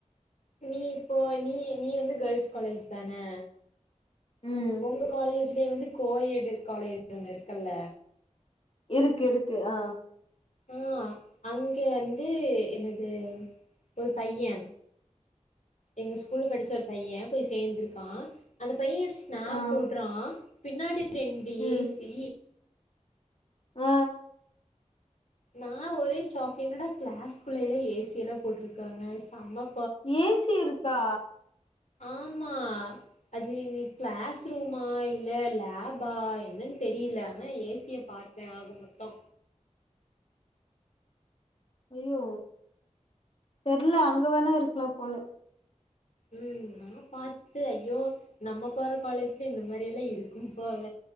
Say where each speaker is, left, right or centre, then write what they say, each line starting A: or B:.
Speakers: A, on the left (about 70°); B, on the left (about 50°).
A: நீ இப்போ நீ நீ வந்து கேர்ள்ஸ் காலேஜ் தானே
B: ம்
A: உங்க காலேஜ்லே வந்து கோ எடு காலேஜ் ஒன்னு இருக்குல்ல
B: இருக்கு இருக்கு ஆ
A: ஆ அங்க வந்து என்னது ஒரு பைய்ய
B: <inaudible>
A: எங்க ஸ்கூல் படிச்ச ஒரு பைய்ய போய் சேந்திருக்கா அந்த பைய்ய ஸ்னாப்
B: ஆ
A: போட்றா பின்னாடி ரெண்டு
B: ம்
A: ஏ சி
B: ஆ
A: நா ஒரே ஷாக்கிங் என்னடா கிளாஸ்குள்ளலா ஏ சி எல்லா போட்ருக்காங்க செம
B: ஏ சி இருக்கா
A: ஆமா அது நீ கிளாஸ் ரூமா இல்ல லேபா என்னன் தெரில ஆனா ஏ சி யப் பாத்தே ஆக மொத்தோ
B: ஐயோ தெர்ல அங்க வேணா இருக்கலா போல
A: ம் நா பாத்து ஐயோ நம்ம போற காலேஜ்ல இந்த மாரி எல்லா இருக்கும் போல